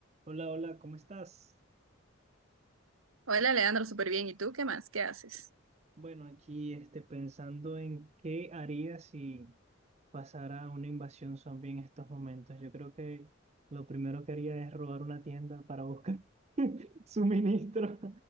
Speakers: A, on the right (about 30°); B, on the right (about 85°).
A: Hola, hola, ¿cómo estás?
B: Hola, Leandro, súper bien. ¿Y tú qué más? ¿Qué haces?
A: Bueno, aquí este, pensando en qué haría si pasara una invasión zombie en estos momentos. Yo creo que lo primero que haría es robar una tienda para buscar <laughs> suministros